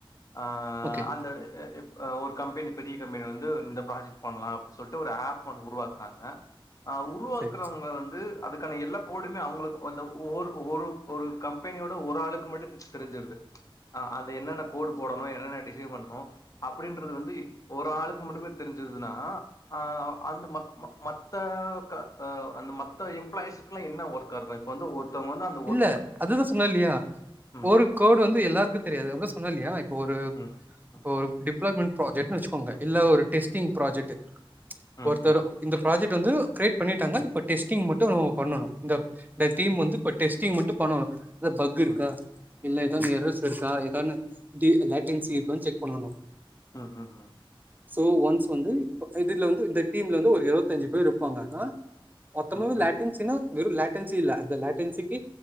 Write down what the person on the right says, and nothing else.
ஓகே
சரி
இல்ல அதுதா சொன்ன இல்லியா
ஒரு கோடு வந்து எல்லாருக்கு தெரியாது அப்டிதான் சொன்னல்லியா இப்ப ஒரு
ஒரு டிப்ளமென் ப்ராஜெக்ட்னு வச்சுக்கோங்க இல்ல ஒரு டெஸ்டிங் பிராஜெக்ட்டு
ஒருத்தர்
இந்த ப்ராஜெக்ட் வந்து கிரியேட் பண்ணிட்டாங்க
இப்ப டெஸ்டிங் மட்டு <unintelligible> பண்ணணு இந்த இந்த டீம் வந்து இப்ப டெஸிட்டிங் மட்டும் பண்ணணு எதா பக்கு இருக்கா
இல்ல எதான்
எரர்ஸ் இருக்கா எதானு டி லேட்டன்சி இருக்கான் செக் பண்ணணு
சோ ஒன்ஸ் வந்து இப்ப இதுல வந்து இந்த டீம்ல வந்து ஒரு இருவத்தஞ்சு பேர் இருப்பாங்க ஆ மொத்தமாவ
லாட்டென்சின்னா வெறு லேட்டன்சி இல்ல அந்த லேட்டின்சிக்கு